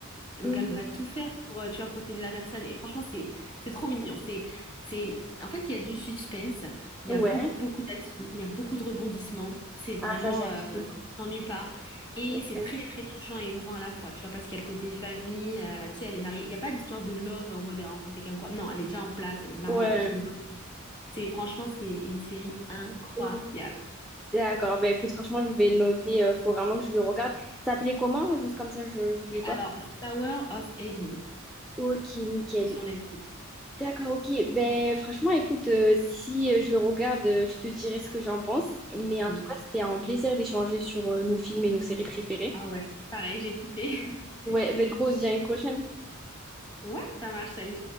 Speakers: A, on the left; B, in the centre.
A: Et donc
B: Mhm.
A: elle va tout faire pour, euh, tu vois, protéger la personne. Et franchement, c'est c'est trop mignon. C'est c'est en fait, il y a du suspense, il
B: Ouais.
A: y a beaucoup beaucoup d'action, il y a beaucoup de rebondissements. C'est vraiment,
B: Ah, ça, j'aime
A: euh,
B: trop.
A: tu t'ennuies pas. Et
B: Ouais.
A: c'est très très touchant et émouvant à la fois, tu vois, parce qu'il y a le côté famille. euh, tu sais, elle est mariée. Il n'y a pas d'histoire de love en mode elle rencontre quelqu'un quoi. Non, elle est déjà en place, elle est mariée,
B: Ouais.
A: elle a son gosse. C'est franchement, c'est une série incroyable.
B: Mhm. D'accord. Ben, écoute, franchement, je vais le noter. euh, faut vraiment que je le regarde. T'appelais comment? Juste comme ça, je j'oublie
A: Et
B: pas.
A: alors, Tower of Evil,
B: Ok, nickel.
A: c'est sur Netflix.
B: D'accord, ok. Ben, franchement, écoute, euh, si euh, je le regarde, euh, je te dirai ce que j'en pense. Mais en
A: Oui.
B: tout cas, c'était un plaisir d'échanger sur euh, nos films et nos séries préférées.
A: Ah ouais, pareil, j'ai kiffé. <laughs>
B: Ouais, ben, du coup, on se dit à une prochaine.
A: Ouais, ça marche, salut.